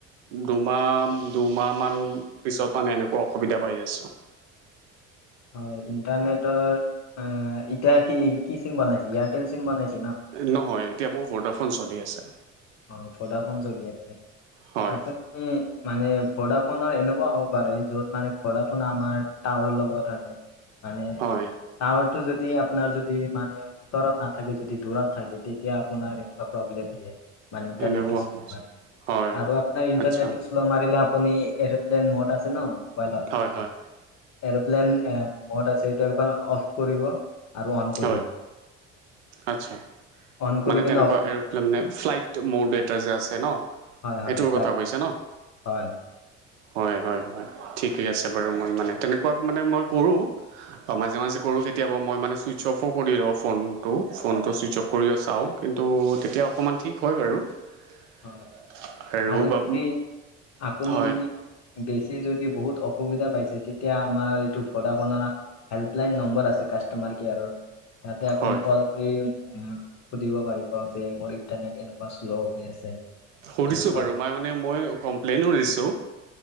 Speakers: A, on the right; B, on the left.
A: দুমাহ, দুমাহ মান পিছত মানে এনেকুৱা অসুবিধা পাইছো। প আছো
B: হয় ইণ্টাৰনেটৰ এতিয়া কি কি চিম বনাইছে এয়াৰটেল চিম বনাইছো
A: নহয় এতিয়া মোৰ ভৰ্ডাৰফ চলি আছে
B: অ ফদাফোন চলি আছে
A: হয়
B: আপুনি মানে ঘোডৰাা ফোনৰ এনেকুৱা হ'ব পাৰে যত মানে ঘৰাা ফোোন আমাৰ টাৱাৰ লগত থাকে মানে
A: হয়
B: তাত আপোনাৰ যদি মানে ওচৰত নাথাকে যদি দূৰত থাকে তেতিয়া আপোনাৰ এনেকুৱা প্ৰব্লেম দিয়ে মানে ইটাৰনেট্
A: এনেকুৱা সমস্যা
B: ম
A: হয়
B: আৰু আপোনাৰ ইণ্টাৰনেটটো
A: আচ্ছা
B: শ্ল' মাৰিলে আপুনি এৰ'প্লেন মত আছে ন মোবাইলত
A: হয় হয়
B: এ পন মদ আছে এইটো একবাৰ অফ কৰিব আৰু অন কৰিব
A: হয় আচছা
B: অন কৰি
A: মানে
B: কিনে
A: তেনেকুৱা
B: অফ
A: এৰপ্লেন নে ফ্লাইট মোৰ দেউতা যে আছে ন
B: হয় হয়
A: এইটোৰ
B: ফ্লাইট
A: কথা কৈছে ন
B: হয়
A: হয় হয় হয় ঠিকে আছে বাৰু মই মানে তেনেকুৱা মানে মই কৰো মাজে মাজে কৰো কেতিয়াবা মই মানেই ছুইচ অফো কৰি লওঁ ফোনটো ফোনটো ছুইচ অফ কৰিও চাওঁ কিন্তু তেতিয়া অকণমান ঠিক হয় বাৰু <unintelligible>
B: হয় আৰু
A: বা
B: য আপুনি
A: হয়
B: যদি বেছি যদি বহুত অ সুবিধা পাইছে তেতিয়া আমাৰ এইটো ভডখ হেল্পলাইন নম্বৰ আছে কাষ্টমাৰ কেয়াৰৰ ততে আপুনি
A: হয়
B: কল কৰি সুধিব পাৰিব যে মোৰ ইণ্টাৰনেট এনেকুৱা শ্ল' হৈ আছে
A: সুধিছো
B: এনেকুৱা
A: বাৰু মই মানে মই কমপ্লেইনো িছো